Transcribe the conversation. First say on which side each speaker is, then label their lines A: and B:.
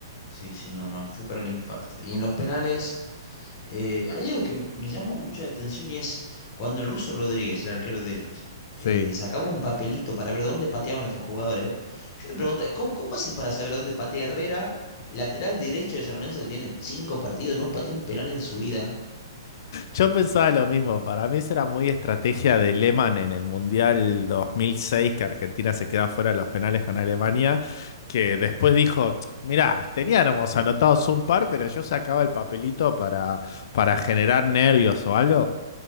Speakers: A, on the left; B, on the left.
A: Sí, sí, no, no, fue para el infarto. Y en los penales, eh, hay algo que me, me llamó mucho la atención y es cuando el ruso Rodríguez, el arquero de ellos,
B: Sí.
A: eh, sacaba un papelito para ver dónde pateaban otros jugadores. Yo me pregunto, ¿cómo, cómo haces para saber dónde patea Herrera, lateral derecho de San Lorenzo que tiene cinco partidos, no pateó un penal en su vida?
B: Yo pensaba lo mismo, para mí eso era muy estrategia de Lehmann en el Mundial 2006, que Argentina se queda fuera de los penales con Alemania, que después dijo, mirá, teníamos anotados un par, pero yo sacaba el papelito para, para generar nervios o algo.